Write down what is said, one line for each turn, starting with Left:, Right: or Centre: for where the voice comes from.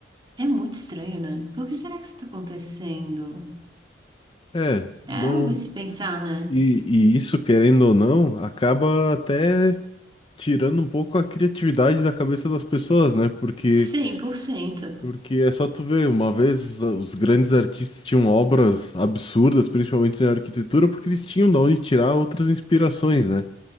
Right: É muito estranho, né? Por que será que isso tá acontecendo?
Left: É, não.
Right: É algo a se pensar, né?
Left: E, e isso, querendo ou não, acaba até tirando um pouco a criatividade da cabeça das pessoas, né? Porque
Right: 100%.
Left: Porque é só tu ver, uma vez os, os grandes artistas tinham obras absurdas, principalmente na arquitetura, porque eles tinham da onde tirar outras inspirações, né?